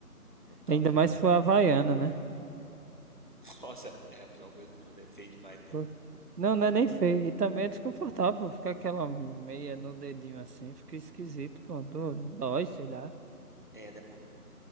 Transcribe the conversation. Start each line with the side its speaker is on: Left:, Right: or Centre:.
Left: total,
Right: Ainda
Left: cara.
Right: mais se for havaiana, né?
Left: <laughs> Nossa, é a pior coisa do mundo, é feio demais mesmo.
Right: Por- Não, não é nem feio. E também é desconfortável. Fica aquela meia no dedinho assim. Fica esquisito, pô. dó- Dói, sei lá.
Left: É, não é bom não.